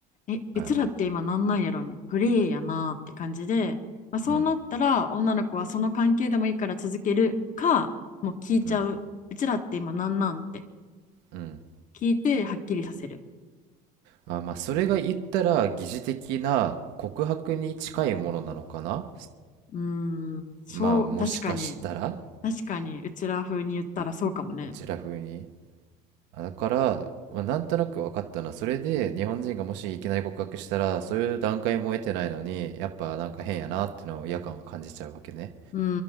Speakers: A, on the left; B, on the right.
A: えうちらって今なんなんやろグレーやなって感じで、
B: うん。
A: まあ、そうなったら女の子はその関係でもいいから続けるかもう聞いちゃううちらって今なんなんって
B: うんうんうん
A: 聞いてはっきりさせる。
B: あまあそれが言ったら疑似的な告白に近いものなのかな
A: うーん、そう、
B: まあもしかしたら
A: 確かに、確かに、うちら風に言ったらそうかもね。
B: うちら風にあだから、まあ、なんとなく分かったなそれで日本人がもしいきなり告白したらそういう段階も得てないのにやっぱなんか変やなっていうのを違和感は感じちゃうわけね
A: うー